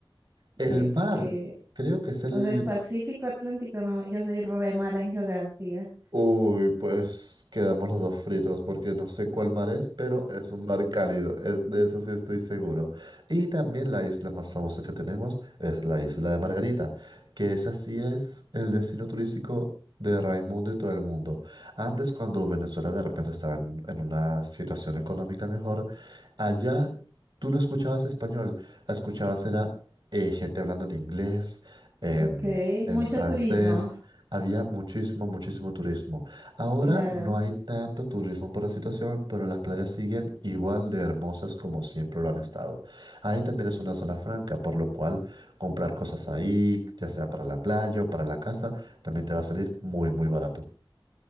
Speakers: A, on the right; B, on the right.
A: el
B: que,
A: mar
B: que, que,
A: creo que es el
B: o sea, es Pacífico, Atlántico, no, yo soy re mala en geografía.
A: Uy, pues quedamos los dos fritos porque no sé cuál mar es, pero es un mar cálido, es- de eso sí estoy seguro. Y también la isla más famosa que tenemos es la isla de Margarita, que esa sí es el destino turístico de Raimundo y todo el mundo. Antes, cuando Venezuela de repente estaba en, en una situación económica mejor, allá tú no escuchabas español, escuchabas era eh, gente hablando en inglés, en
B: Ok,
A: en
B: mucho
A: francés
B: turismo,
A: había muchísimo, muchísimo turismo. Ahora
B: claro.
A: no hay tanto turismo por la situación, pero las playas siguen igual de hermosas como siempre lo han estado. Ahí también es una zona franca, por lo cual comprar cosas ahí, ya sea para la playa o para la casa, también te va a salir muy, muy barato.